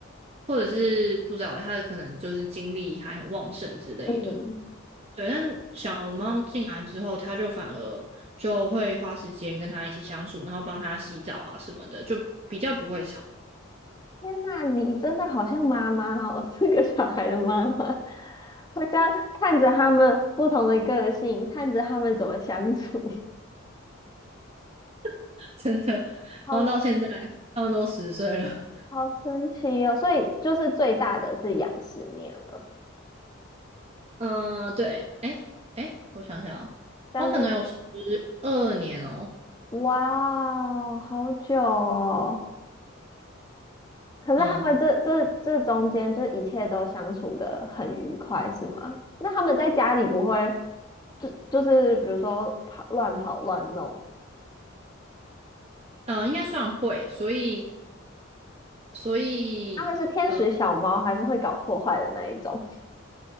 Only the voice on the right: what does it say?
或者是不知道它的可能就是精力还很旺盛之类的。
对，但小猫进来之后，它就反而就会花时间跟它一起相处，然后帮它洗澡啊什么的，就比较不会吵，
<laughs> 真的。
然后到现在，它们都十岁了。
嗯，对，哎哎，我想想哦，
我可能有十二年哦，
嗯
嗯，呃应该算会，所以所以呃，